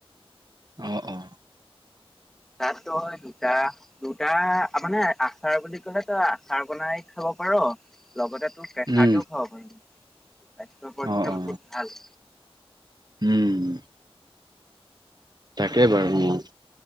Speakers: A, on the right; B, in the centre.
A: অ', অ'।
B: গাজ নহয় দুটা। দুটা মানে, আচাৰ বুলি ক'লে তই আচাৰ বনাই খাব পাৰ লগতে তোৰ কেচাকেও
A: উম
B: খাব পাৰি। স্বাস্থ্য পক্ষেও
A: অ অ
B: বহুত ভাল।
A: উম'। তাকেই, বাৰু মই